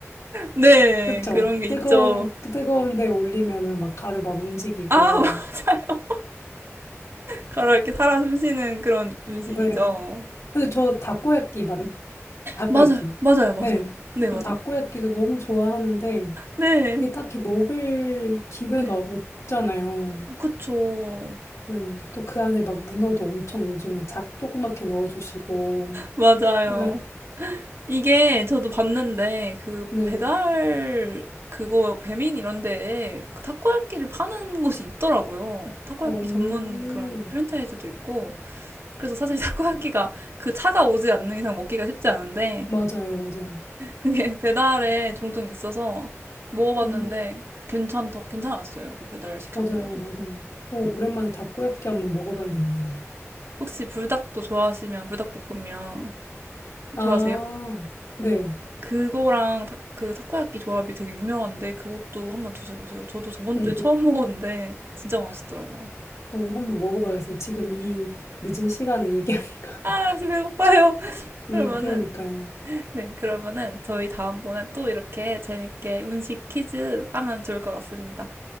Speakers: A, on the right (about 55°); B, on the left (about 70°).
A: 네,
B: 그쵸?
A: 그런 게
B: 뜨거운,
A: 있죠.
B: 뜨거운 데 올리면은 막 가루 막 움직이고.
A: 아, <laughs> 맞아요. 가로 이렇게 살아 숨쉬는 그런 음식이죠.
B: 네. 근데 저 다코야끼 맛, 다코야끼.
A: 맞아요, 맞아요, 맞아요.
B: 네.
A: 네, 맞아요.
B: 저 다코야끼도 너무 좋아하는데,
A: 네,
B: 이게 딱히 먹을 기회가
A: 네.
B: 없잖아요.
A: 그쵸.
B: 네. 또 그 안에 막 문어도 엄청 요즘에 작 조그맣게 넣어주시고.
A: 맞아요.
B: 그러니까,
A: 이게 저도 봤는데, 그
B: <laughs> 네.
A: 배달, 그거 배민 이런 데에 그 타코야끼를 파는 곳이 있더라고요. 타코야끼
B: 오,
A: 전문 그런 프랜차이즈도 있고. 그래서 사실 <laughs> 타코야끼가 그 차가 오지 않는 이상 먹기가 쉽지 않은데,
B: 맞아요, 맞아요.
A: 그게 <laughs> 배달에 종종 있어서 먹어봤는데
B: 음,
A: 괜찮더, 괜찮았어요. 그 배달을 시켜
B: 맞아요,
A: 먹어도.
B: 맞아요. 오, 오랜만에 다코야끼 한번 먹어봐야겠네요.
A: 혹시 불닭도 좋아하시면 불닭볶음면
B: 아,
A: 좋아하세요?
B: 네.
A: 그거랑 타, 그 타코야끼 조합이 되게 유명한데 그것도 한번 드셔보세요. 저도 저번
B: 오,
A: 주에 처음 <laughs> 먹었는데 진짜 맛있더라고요.
B: 오, 한번 먹어봐야겠어요. 지금 이 늦은 시간에 얘기하니까.
A: 아, 지금 배고파요. <laughs>
B: <laughs> 네,
A: 그러면은
B: 그러니까요.
A: 네, 그러면은 저희 다음번에 또 이렇게 재밌게 음식 퀴즈 하면 좋을 것 같습니다.